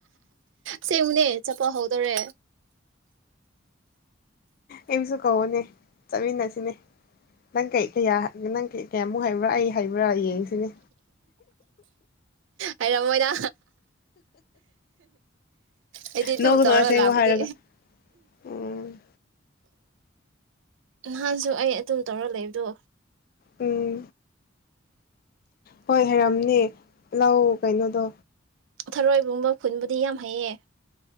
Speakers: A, on the right; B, on the left.
A: ꯁꯤꯃꯅꯦ ꯆꯄ ꯍꯧ ꯇꯔ
B: ꯑꯩꯝꯁꯨ ꯀꯧꯅꯦ ꯆꯠꯃꯤꯟꯅꯁꯤꯅꯦ ꯅꯪ ꯀꯩ ꯀꯌꯥ ꯅꯪ ꯀ ꯀꯌꯥꯃꯨꯛ ꯍꯥꯏꯕ꯭ꯔꯥ ꯑꯩ ꯍꯩꯕ꯭ꯔꯥ ꯌꯦꯡꯁꯤꯅꯦ
A: ꯍꯥꯏꯩꯔꯝꯃꯣꯏꯗ ꯑꯩꯗꯤ
B: ꯅꯣꯛꯀꯅꯣ
A: ꯇꯧ ꯇꯧꯔꯒ
B: ꯑꯁꯦꯡꯕ
A: ꯂꯥꯛꯄꯗꯤ
B: ꯍꯥꯏꯔꯒ ꯎꯝ
A: ꯅꯍꯥꯟꯁꯨ ꯑꯩ ꯑꯗꯨꯝ ꯇꯧꯔꯒ ꯂꯩꯕꯗꯣ
B: ꯎꯝ ꯍꯣꯏ ꯍꯥꯏꯔꯝꯅꯦ ꯂꯧ ꯀꯩꯅꯣꯗꯣ
A: ꯊꯔꯣꯏꯕꯨꯡꯕ ꯈꯨꯟꯕꯨꯗꯤ ꯌꯥꯝ ꯍꯩꯌꯦ